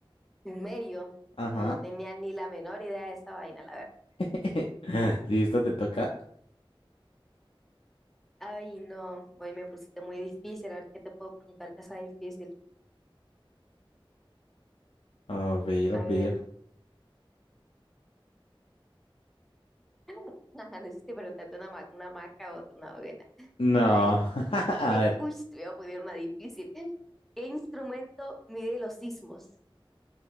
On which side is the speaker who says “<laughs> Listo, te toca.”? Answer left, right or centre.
Left